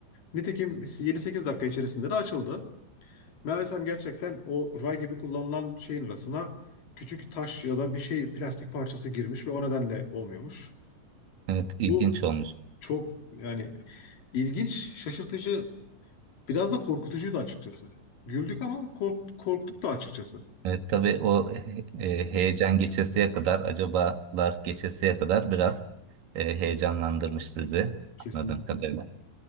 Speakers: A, on the left; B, on the right.
A: Nitekim 7-8 dakika içerisinde de açıldı. Meğersem gerçekten o ray gibi kullanılan şeyin arasına küçük taş ya da bir şey plastik parçası girmiş ve o nedenle olmuyormuş.
B: evet ilginç
A: Bu
B: olmuş.
A: çok yani ilginç, şaşırtıcı, biraz da korkutucuydu açıkçası. Güldük ama kork- korktuk da açıkçası.
B: Evet tabii o he- e, heyecan geçesiye kadar, acabalar geçesiye kadar biraz e, heyecanlandırmış sizi
A: Kesinlikle.
B: anladığım kadarıyla.